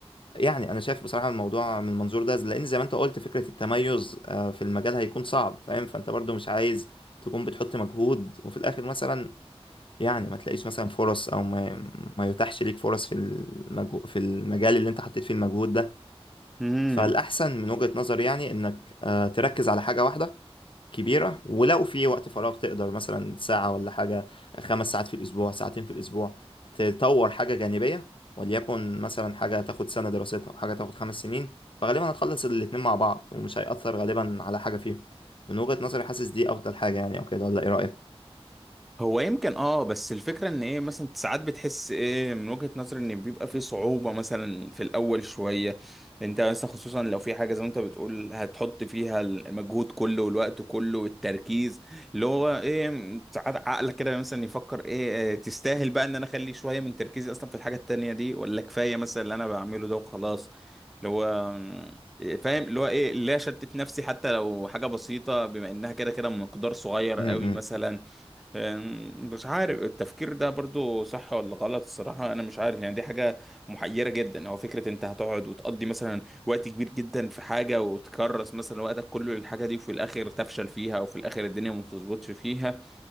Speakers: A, on the left; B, in the centre.
A: يعني أنا شايف بصراحة الموضوع من المنظور ده لأن زي ما أنت قلت فكرة التميز آه، في المجال هيكون صعب فاهم فأنت برضو مش عايز تكون بتحط مجهود وفي الآخر مثلا يعني ما تلاقيش مثلا فرص او ما, ما يتاحش ليك فرص في المجو... في المجال اللي انت حطيت فيه المجهود ده
B: امم
A: فالاحسن من وجهة نظري يعني انك آه، تركز على حاجة واحدة كبيرة ولو في وقت فراغ تقدر مثلا ساعة ولا حاجة خمس ساعات في الاسبوع ساعتين في الاسبوع تطور حاجة جانبية وليكن مثلا حاجة تاخد سنة دراستها وحاجة تاخد خمس سنين فغالبا هتخلص الاتنين مع بعض ومش هيأثر غالبا على حاجة فيهم من وجهة نظري حاسس دي افضل حاجة يعني او كده ولا ايه رأيك؟
B: هو يمكن اه بس الفكرة ان ايه مثلا ساعات بتحس ايه من وجهة نظري ان بيبقى في صعوبة مثلا في الاول شوية انت مثلا خصوصا لو في حاجة زي ما انت بتقول هتحط فيها المجهود كله والوقت كله والتركيز اللي هو ايه ساعات عقلك كده مثلا يفكر ايه آه، تستاهل بقى ان انا اخلي شوية من تركيزي اصلا في الحاجة التانية دي ولا كفاية مثلا اللي انا بعمله ده وخلاص اللي هو آه، فاهم اللي هو ايه لا شتت نفسي حتى لو حاجة بسيطة بما انها كده كده مقدار صغير
A: م-
B: قوي
A: م-
B: مثلا أم، مش عارف التفكير ده برضو صح ولا غلط الصراحة أنا مش عارف يعني دي حاجة محيرة جدا هو فكرة أنت هتقعد وتقضي مثلا وقت كبير جدا في حاجة وتكرس مثلا وقتك كله للحاجة دي وفي الآخر تفشل فيها وفي الآخر الدنيا ما بتظبطش فيها